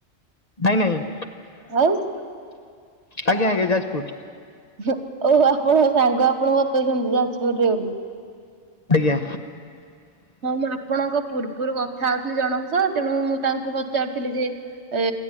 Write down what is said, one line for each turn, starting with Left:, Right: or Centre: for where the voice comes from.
Left: ନାଇଁ ନାଇଁ।
Right: ଆଉ।
Left: ଆଜ୍ଞା ଆଜ୍ଞା ଯାଜପୁର।
Right: ହୁଁ ଓ ହୋ ଆପଣ ସାଙ୍ଗ ଆପଣ ବତୋଉଛନ୍ତି ଯାଜପୁର ରେ ବୋଲି।
Left: ଆଜ୍ଞା।
Right: ହଁ ମୁଁ ଆପଣଙ୍କ ପୂର୍ବରୁ କଥା ହଉଥିଲି ଜଣଙ୍କ ସହ। ତେଣୁ ମୁଁ ତାଙ୍କୁ ପଚାରୁଥିଲି ଯେ ଏ